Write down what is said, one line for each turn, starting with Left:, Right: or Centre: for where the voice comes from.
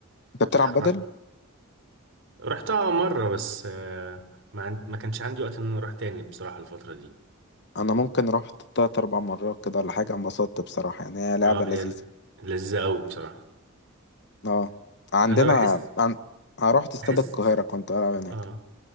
Left: انت بتلعب
Right: بتحرك
Left: بدل
Right: رحتها مرة بس آه، ما عند... ما كانش عندي وقت ان انا اروح تاني بصراحة الفترة دي
Left: انا ممكن رحت تلات اربع مرات كده ولا حاجه انبسطت بصراحه يعني هي لعبه
Right: اه
Left: لذيذه
Right: هي ل- لذيذة قوي بصراحة
Left: اه عندنا
Right: انا بحس
Left: عن... أنا رحت استاد
Right: بحس
Left: القاهره كنت بلعب هناك
Right: اه